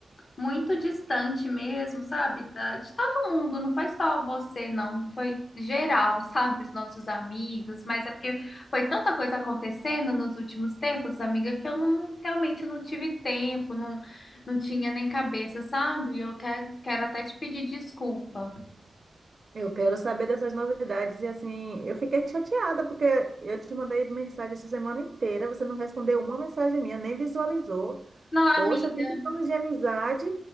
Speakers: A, on the left (about 60°); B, on the right (about 45°).
A: muito distante mesmo, sabe? Da- de todo mundo, não foi só você, não, foi geral, <laughs> sabe? Os nossos amigos, mas é porque foi tanta coisa acontecendo nos últimos tempos, amiga, que eu não realmente não tive tempo, não. Não tinha nem cabeça, sabe? Eu que- quero até te pedir desculpa.
B: eu quero saber dessas novidades e assim, eu fiquei chateada porque eu te mandei mensagem essa semana inteira, você não respondeu uma mensagem minha, nem visualizou.
A: Não, amiga.
B: Poxa, tem anos de amizade